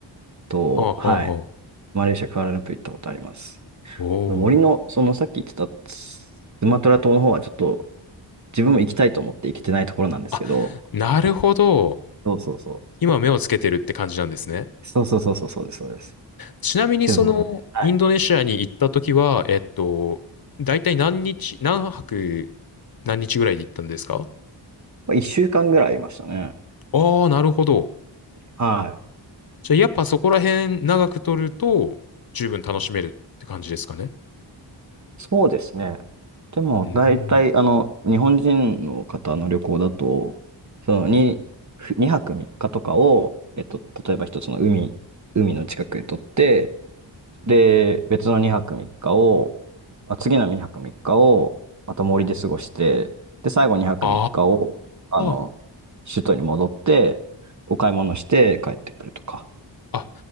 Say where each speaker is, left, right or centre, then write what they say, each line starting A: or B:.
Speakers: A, on the right; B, on the left.
A: と、
B: ああ、ああ、
A: はい。
B: ああ
A: マレーシア、クアラルンプー行ったことあります。
B: おー。
A: 森の、そのさっき言ってたスマトラ島の方はちょっと自分も行きたいと思って行けてないところなんですけど、
B: あ、なるほど。
A: そうそうそう。
B: 今目をつけてるって感じなんですね。
A: そうそうそうそう、そうです、そうです。
B: ちなみにその、
A: けどね、はい。
B: インドネシアに行った時は、えっと、大体何日、何泊、何日ぐらいで行ったんですか
A: まあ、1週間ぐらいいましたね。
B: ああ、なるほど。
A: はい。
B: じゃあ、やっぱそこら辺長く取ると、十分楽しめるって感じですかね。
A: そうですね。でも、
B: うーん。
A: 大体、あの、日本人の方の旅行だと、その2、ふ泊3日とかを、えっと、例えば一つの海、海の近くへ取って、で、別の2泊3日を、まあ、次の2泊3日を、また森で過ごして、で、最後2泊3日を、
B: あ
A: あの、
B: あ。
A: 首都に戻って、お買い物して帰ってくるとか。
B: あ、